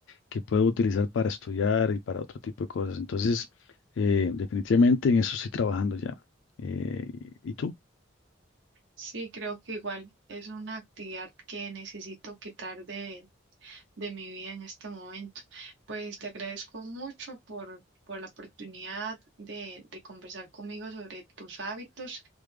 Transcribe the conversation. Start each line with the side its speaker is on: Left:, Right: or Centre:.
Left: que puedo utilizar para estudiar y para otro tipo de cosas. Entonces, eh, definitivamente en eso estoy trabajando ya. Eh, ¿y y tú?
Right: Sí, creo que igual es una actividad que necesito quitar de, de mi vida en este momento. Pues te agradezco mucho por, por la oportunidad de, de conversar conmigo sobre tus hábitos